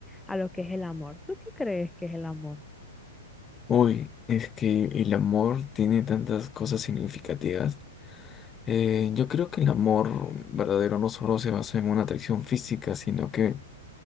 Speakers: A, in the centre; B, on the left.
A: a lo que es el amor. ¿Tú qué crees que es el amor?
B: Uy, es que el amor tiene tantas cosas significativas. Eh, yo creo que el amor verdadero no solo se basa en una atracción física, sino que